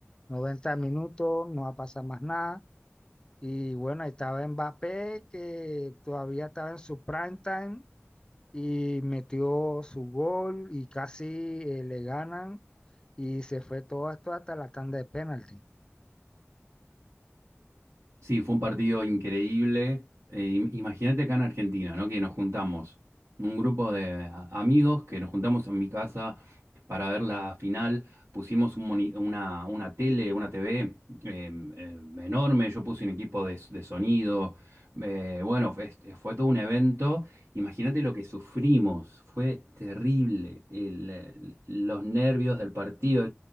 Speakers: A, on the left; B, on the right.
A: 90 minutos, no va a pasar más nada. Y bueno, ahí estaba Mbappé, que todavía estaba en su prime time y metió su gol y casi eh, le ganan y se fue todo esto hasta la tanda de penalti.
B: Sí, fue un partido increíble. Eh, im- imagínate acá en Argentina, ¿no? Que nos juntamos, un grupo de a- amigos que nos juntamos en mi casa para ver la final. Pusimos un moni- una, una tele, una TV eh, eh, enorme. Yo puse un equipo de, s- de sonido. Eh, bueno, fue, este- fue todo un evento. Imagínate lo que sufrimos. Fue terrible. El, eh, los nervios del partido.